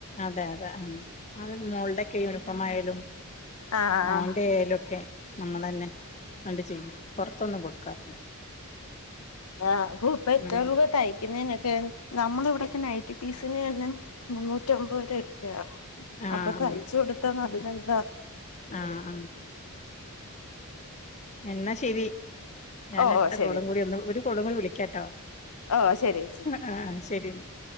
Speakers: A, on the left; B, on the left.
A: അതെ അതെ ആഹ് അത് മോളുടെക്കെ യൂണിഫോം ആയാലും
B: ആഹ്
A: മോന്റെ
B: ആഹ്
A: ആയാലൊക്കെ നമ്മളെന്നെ അണ്ട് ചെയ്യും പൊറത്തൊന്നും കൊടുക്കാറില്ല
B: ആഹ <unintelligible> എത്ര
A: അങ്ങനെ
B: രൂപ തയി തയ്ക്കുന്നതിനൊക്കെ നമ്മളെ ഇവിടെക്കെ നൈറ്റ് പിസിന് തന്നെ മുന്നൂറ്റിമ്പത് രൂപ ഒക്കെയാ
A: ആഹ്
B: അപ്പൊ തയ്ച്ചു കൊടുത്താ നല്ല ഇതാ
A: ആഹ എന്നാ ശെരി ഞാൻ
B: ഓഹ്
A: അടുത്ത
B: ഓഹ് ശരി
A: കൊളും കൂടി ഒന്ന് ഒരു കോളും കൂടി വിളിക്കാട്ടോ
B: ഒ ശരി ഏച്ചി
A: ആ ആ ശെരി ന്നാ